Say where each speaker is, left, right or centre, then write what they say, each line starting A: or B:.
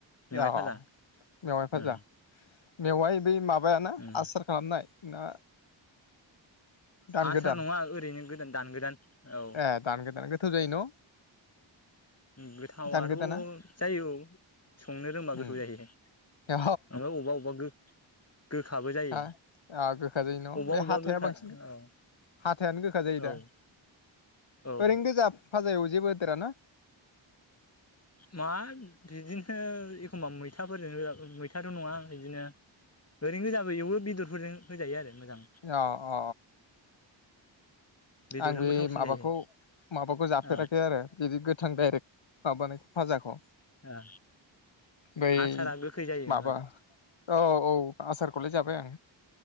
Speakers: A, on the left (about 30°); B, on the left (about 70°).
A: मेवाइ
B: उ
A: फाजा
B: मेवाय फाजा
A: ओ
B: मेवाय बै माबा माबायाना
A: उम
B: आसार खालामनाय ना दान
A: आसार
B: गोदान
A: नङा ओरैनो दान गोदान औ
B: ए दानगो दान गोथाव जायो न'
A: गोथावथ'
B: दान गोदाना
A: जायो संनो रोंबा गोथाव
B: उम
A: जायो ओमफ्राय
B: औ
A: अबेबा अबेबा गो गोखाबो जायो
B: हा ओ गोखा जाय न'
A: अबेबा
B: बे
A: अबेबा
B: हाथाइ
A: गोखा
B: बांसिन
A: औ
B: हाथायानो गोखा जायोदा
A: औ औ
B: ओरैनो गोजा भाजायाव जेबो होदेर ना
A: मा बिदिनो एखमबा मैथाफोरजों मैथाथ' नङा बिदिनो ओरैनो गोजाबो एवो बेदरफोरजों होजायो आरो मोजां
B: अ अ
A: बेदरजोंबो
B: आंबो बे
A: थावसिन
B: माबाखौ
A: जायो
B: माबाखौ जाफेराखै
A: ओ
B: आरो बिदि गोथां डाइरेक्ट माबानायखौ फाजाखौ
A: ओ
B: बै
A: आसारा गोखै जायो ओमफ्राय
B: माबा औ औ आसारखौलाय जाबाय आं